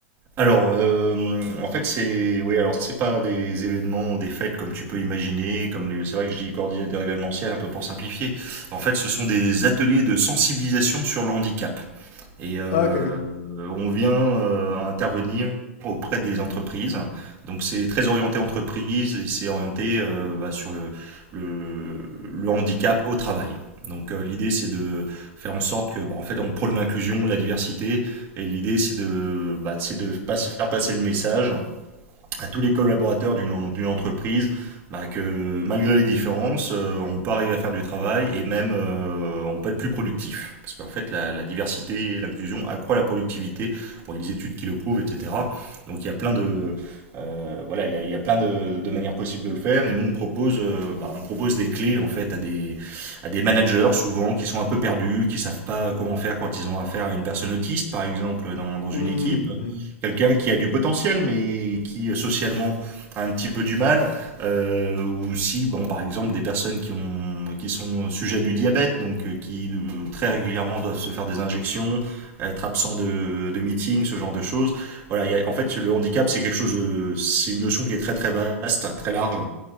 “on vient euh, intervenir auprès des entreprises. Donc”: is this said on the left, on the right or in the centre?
Right